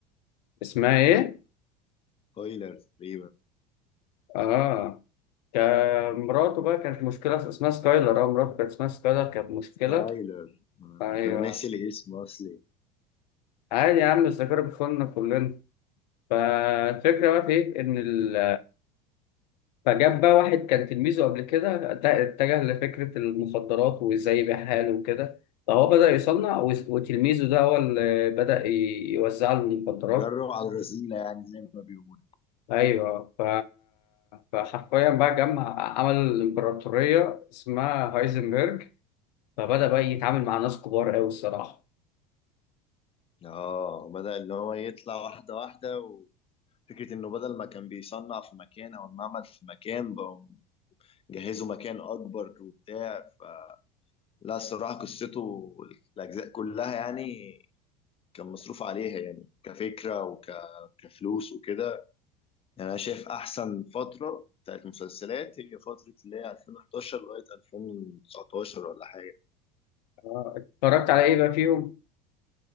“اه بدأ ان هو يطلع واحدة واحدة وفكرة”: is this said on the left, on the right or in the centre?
Left